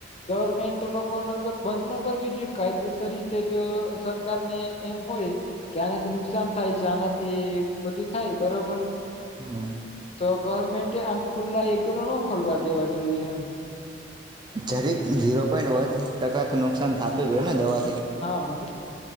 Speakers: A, on the left; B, on the right.
A: ગવર્મેન્ટ લોકો ની તો બંધ ના કરવી જોઈએ કાયદેસર રીતે જો સરકાર ને એમ હોય કે આનાથી નુકસાન થાય છે આનાથી બધું થાય બરોબર
B: હમ
A: તો ગવર્મેન્ટે આમ ખુલ્લા એ ઘરો ન ખોલવા દેવા જોઈએ એમ
B: જરીક ઝીરો પોઈન ટકા તો નુકસાન થતું જોઈ ને દવા
A: હા મને